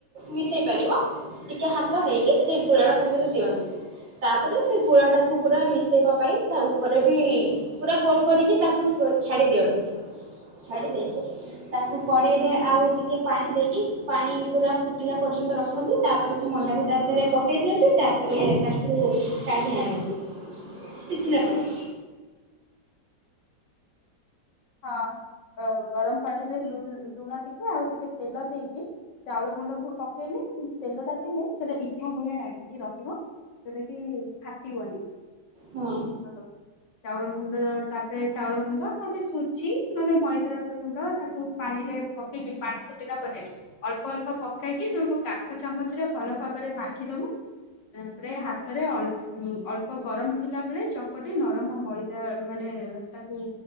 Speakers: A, on the right (about 80°); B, on the left (about 70°).
A: ମିଶେଇ ପାରିବ ଟିକେ ହାତ ହେଇକି ସେ ଗୁଳା ସାଙ୍ଗରେ ଦିଅନ୍ତି। ତାପରେ ସେ ଗୁଳାଟାକୁ ପୁରା ମିଶାଇବା ପାଇଁ ତା ଉପରେ ବି ପୁରା ଗୋଲ କରିକି ତାକୁ ଛାଡି ଦିଅନ୍ତି। ଛାଡ଼ି ଦେଇକି ତାକୁ କଡେଇରେ ଆଉ ଟିକେ ପାଣି ଦେଇକି ପାଣି ପୁରା ଫୁଟିଲା ପର୍ଯ୍ୟନ୍ତ ରଖ ରଖନ୍ତି ତାପରେ ସେ ମଣ୍ଡାକୁ ତା ଦେହରେ ପକେଇ ଦିଅନ୍ତି ତାପରେ
B: ହଁ।
A: ତାକୁ କାଢିଆଣନ୍ତି। ସିଝିଲା ପରେ।
B: ହଁ ଗରମ ପାଣିରେ ଲୁଣ ଟିକେ ଆଉ ଟିକେ ତେଲ ଦେଇକି। ଚାଉଳ ଗୁଣ୍ଡକୁ ପକେଇଲେ ତେଲଟା ଦେଲେ ସେଟା ଇଠା ଭଳିଆ ଲାଗିକି ରଖିବ। ଯୋଉଟା କି ଫାଟିବନି।
A: ହଁ
B: ହ ଚାଉଳ ଗୁଣ୍ଡ ତାପରେ ଚାଉଳ ଗୁଣ୍ଡ ନହେଲେ ସୁ ଅଛି ନହେଲେ ମଇଦା ଗୁଣ୍ଡ ତାକୁ ପାଣିରେ ପକେଇବି ପାଣି ଫୁଟିଲା ପରେ ଅଳ୍ପ ଅଳ୍ପ ପକେଇକି ତମ କାଠ ଚାମଚରେ ଭଲ ଭାବରେ ମାଖିଦବୁ। ତାପରେ ହାତରେ ଅଳ୍ପ ଉ ଅଳ୍ପ ଗରମ ଥିଲା ବେଳେ ଚକଟି ନରମ ମଇଦା ମାନେ ତାକୁ